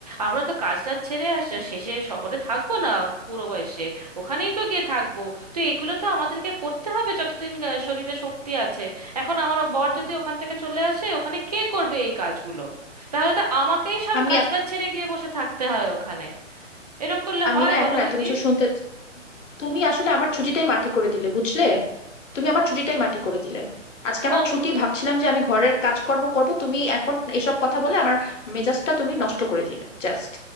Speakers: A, on the right; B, on the left.
A: আমরা তো কাজটা ছেড়ে আস শেষে শহরে থাকবো না বুড়ো বয়সে ওখানেই তো গিয়ে থাকবো তো এগুলো তো আমাদেরকে করতে হবে যতদিন আহ, শরীরে শক্তি আছে এখন আমার ও বর যদি ওখান থেকে চলে আসে ওখানে কে করবে এই কাজগুলো তাহলে তো আমাকেই সব
B: আমি
A: কাজটা ছেড়ে গিয়ে বসে থাকতে হয় ওখানে এরম করলে
B: আমি
A: হয়
B: না
A: বলো
B: এখন এত
A: দিদি
B: কিছু শুনতে তুমি আসলে আমার ছুটিটাই মাটি করে দিলে বুঝলে তুমি আমার ছুটিটাই মাটি করে দিলে আজকে আমার
A: ও
B: ছুটি ভাবছিলাম যে আমি ঘরের কাজকর্ম করব তুমি এখন এসব কথা বলে আমার মেজাজটা তুমি নষ্ট করে দিলে জাস্ট